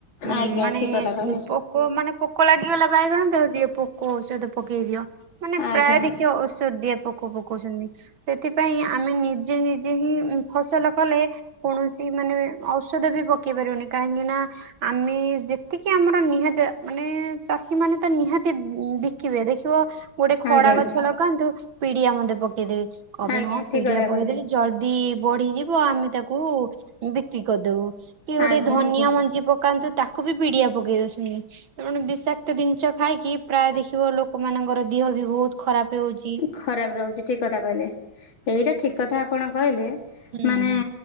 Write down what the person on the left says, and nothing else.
ଆଜ୍ଞା
ଠିକ କଥା କହିଲେ।
ଆଜ୍ଞା
ଆଜ୍ଞା
ଆଜ୍ଞା
ଠିକ
କଥା
କହିଲେ।
ଆଜ୍ଞା
ଆଜ୍ଞା
ଖରାପ ରହୁଛି ଠିକ କଥା କହିଲେ। ଏଇଟା ଠିକ୍ କଥା ଆପଣ କହିଲେ
ମାନେ